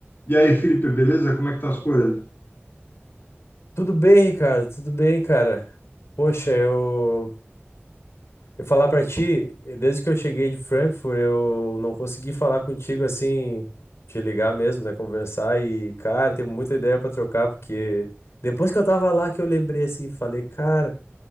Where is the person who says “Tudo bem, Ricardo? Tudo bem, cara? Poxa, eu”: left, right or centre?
Left